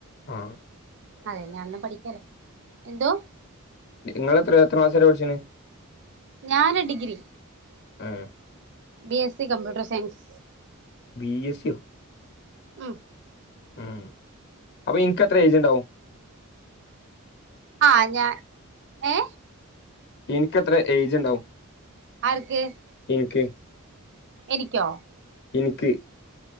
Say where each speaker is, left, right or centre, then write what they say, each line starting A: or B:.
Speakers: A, on the left (about 50°); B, on the right (about 55°).
A: ആ
B: അതെ ഞാനും പഠിക്കാലേ എന്തോ
A: നിങ്ങള് എത്രയാ എത്ര ക്ലാസ്സ്‌ വരെ പഠിച്ച്ണ്
B: ഞാന് ഡിഗ്രി
A: ആ
B: B S C computer science
A: B A സിയോ
B: ഉം
A: ഉം അപ്പൊ എനക്ക്ത്ര ഏജ്ണ്ടാവും
B: ആ ഞാൻ ഏ
A: എനിക്കത്ര ഏജ്ണ്ടാവും
B: ആർക്ക്
A: ന്ക്ക്
B: എനിക്കോ
A: ഇനക്ക്